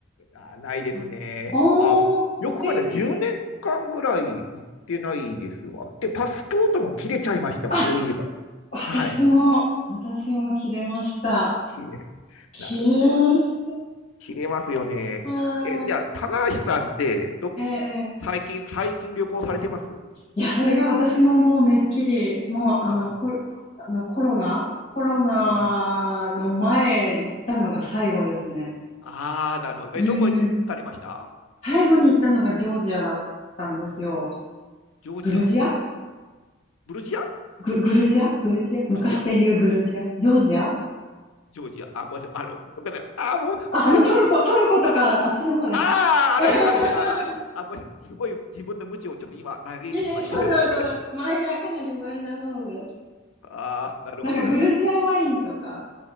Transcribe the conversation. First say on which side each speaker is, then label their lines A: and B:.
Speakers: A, on the left; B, on the left.
A: あー、ないですね。
B: あっおー、
A: あー、よく考えたら10年間ぐらい行ってないですわ。
B: へえ。
A: で、パスポートも切れちゃいましたわ、
B: あ、
A: そういえば。
B: 私も、
A: はい。
B: 私も切れました。
A: 切れ、
B: 切れまし
A: なるほど。切れますよね。
B: た。はーい。
A: え、じゃあ、棚橋さんって、ど、
B: ええ、え
A: 最近、最近旅行されてます
B: いや、それが私ももうめっきり、もうあの、
A: はあ、
B: こ、あのコロナ、コロナの前行ったのが最後ですね。
A: ああ。ああ、なるほど。
B: うん。
A: え、どこ行かれました
B: 最後に行ったのがジョージアだったんですよ。
A: ジョージア
B: グルジア
A: ブルジア
B: グ、グルジアグルジア昔で言うグルジアジョージア
A: グルジアジョージアあ、ごめんなさい。あの、ごめんなさい。ああ、もう、
B: あ、あのトルコ、
A: これだ。む
B: トルコとかあっちの方です。
A: ああ、
B: <laughs>
A: あの辺、あの辺、あーあ、ごめんなさい。すごい自分の無知をちょっと今、嘆いてしまいました。
B: いやいや、とんでもないとんでもない。
A: <laughs>
B: マイナー、かなりマイナーなので。
A: ああ、なるほど、
B: なんかグルジアワインとか、
A: なるほど。